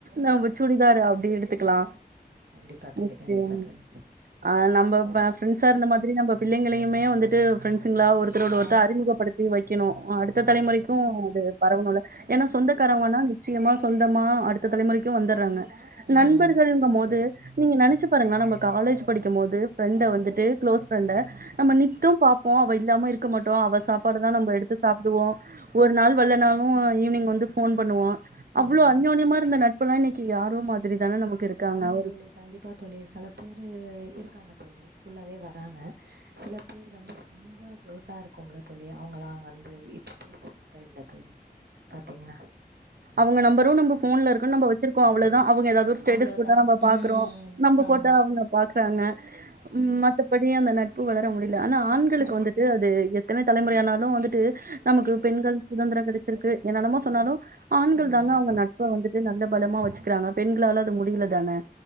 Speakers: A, on the right; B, on the right.
A: நம்ப சுடிதாரு அப்டி எடுத்துக்கலா
B: கண்டிப்பா தோழி
A: நிச்சயம்
B: கண்டிப்பா தோழி
A: ஆ நம்ப ஃப்ரெண்ட்ஸா இருந்த மாதிரி நம்ப பிள்ளைங்களையு மே வந்துட்டு ஃப்ரெண்ட் ஸுங்களா ஒருத்தோட
B: ஆ
A: ஒருத்த அறிமுகப்படுத்தி வைக்கனு அடுத்த தலைமுறைக்கு அது பரவுனுல ஏனா சொந்தக்கா ரவங்கனா நிச்சியமா சொந்தமா அடுத்த தலைமுறைக்கு வந்தர்றாங்க
B: ம்
A: நண்பர்கள்ங்கும் போது நீங்க நெனச்சி பாருங்களே நம்ப கா லேஸ் படிக்கம்போது ஃபிரண்ட வந்துட்டு குளோஸ் ஃபிரண்ட நம்ப நித்து பாப்போ அவ இல்லாம இரு க்க மட்டு அவ சாப்பாடுதா நம்ப எடுத்து சாப்டுவோ ஒரு நாள் வல்ல நாளு ஈவினிங் வந்து ஃபோன் பண்ணுவோ அவ்ளோ
B: ம்
A: அன்னோனியம்மா இருந்த நட்பலா இன்னிக்கு யாரோ மாதிரி தான நமக்கு இருக்காங்க
B: ஆமா தோழி கண்டிப்பா தோழி செல பேரு இருக்காங்க தோழி ஃபுல்லாவே வராங்க சில பேர் வந்து ரொம்ப குளோஸா இருக்கோம்ல புது புது அவங்களா வந் இப்ப பேசுறது கூட இல்ல தோழி பாத்தீங்ன்னா
A: அவங்க நம்பரு நம்ப ஃபோன்ல இருக்குனு நம்ப வச்சிருக்கோ அவ்ளோதா அவங்க எதாது ஒரு ஸ்டேட்டஸ்
B: அவ்ளோதா
A: போட்டா நம்ப பாக்றோ
B: ம்
A: நம்ப
B: ஆமா
A: போட்டா அவங்க பாக்றாங்க மத்தபடி அந்த நட் பு வளர முடிய ஆனா ஆண்களுக்கு
B: ஆ
A: வந்துட்டு அது எத்தனை தலைமுறை ஆானாலு வந்துட்டு நமக்கு பெண்கள் சுதந்திரோ கெடச்சிருக்கு து என்னென்னமோ சொன்னாலு ஆண்கள்
B: ம்
A: தாங்க அவங்க நட்ப வந்துட்டு நல்ல பலமா வச்சுக்கிறாங்க பெண்களால அது முடில தானே